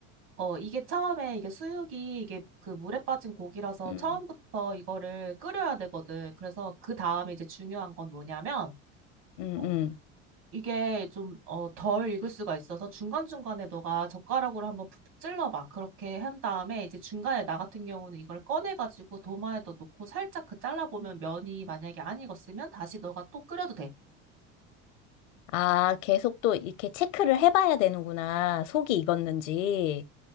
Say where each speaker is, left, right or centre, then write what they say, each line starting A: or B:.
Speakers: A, on the right; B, on the left.
A: 어, 이게 처음에 이게 수육이 이게 그 물에 빠진 고기라서
B: 음,
A: 처음부터 이거를 끓여야 되거든. 그래서 그 다음에 이제 중요한 건 뭐냐면,
B: 음,
A: 어,
B: 음.
A: 이게 좀, 어, 덜 익을 수가 있어서 중간중간에 너가 젓가락으로 한번 푹푹 찔러봐. 그렇게 한 다음에 이제 중간에 나 같은 경우는 이걸 꺼내가지고 도마에다 놓고 살짝 그 잘라보면 면이 만약에 안 익었으면 다시 너가 또 끓여도 돼.
B: 아, 계속 또 이렇게 체크를 해봐야 되는구나. 속이 익었는지.